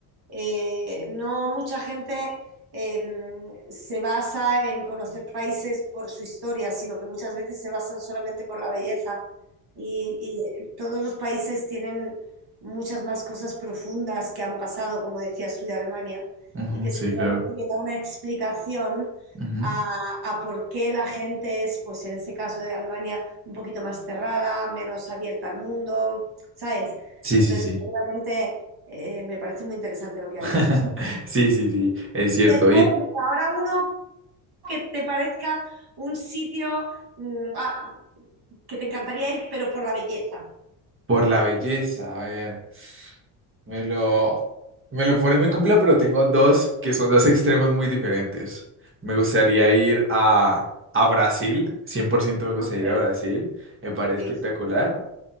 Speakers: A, on the right; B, on the right.
A: eh, no mucha gente eh, se basa en conocer países por su historia, sino que muchas veces se basan solamente por la belleza. Y, y todos los países tienen muchas más cosas profundas que han pasado, como decías tú, de Alemania,
B: ujú,
A: y
B: ujú,
A: que
B: sí,
A: seguramente
B: claro.
A: que da una explicación
B: Ujú.
A: a, a por qué la gente es, pues en ese caso de Alemania, un poquito más cerrada, menos abierta al mundo ¿sabes?
B: Sí,
A: Entonces,
B: sí, sí.
A: seguramente eh, me parece muy interesante lo que
B: <laughs>
A: has dicho. sí.
B: Sí, sí, sí, es cierto.
A: Después,
B: Y
A: venga, ahora uno que te parezca un sitio mm, ah, que te encantaría ir, pero por la belleza.
B: por la belleza, a ver. Me lo, me lo pone muy complejo, pero tengo dos que son dos extremos muy diferentes. Me gustaría ir a, a Brasil, 100% me gustaría
A: Ok.
B: ir a Brasil, me parece
A: Sí,
B: espectacular.
A: sí, qué bonito.